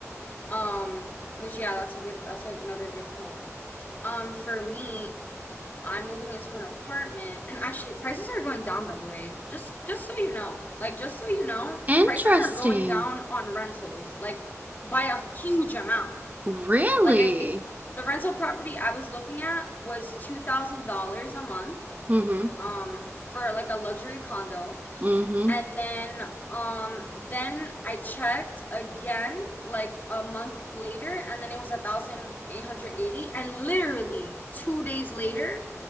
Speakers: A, on the left; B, on the right.
A: um, which yeah, that's a good that's another good point. Um, for me, I'm moving into an apartment and actually prices are going down by the way. Just just so you know. Like just so you know,
B: Interesting.
A: prices are going down on rentals like by a huge amount.
B: Really?
A: Like I think the rental property I was looking at was $2,000 a month
B: Mm-hmm.
A: um for like a luxury condo.
B: Mm-hmm.
A: And then um then I checked again like a month later and then it was a thousand eight hundred eighty and literally two days later,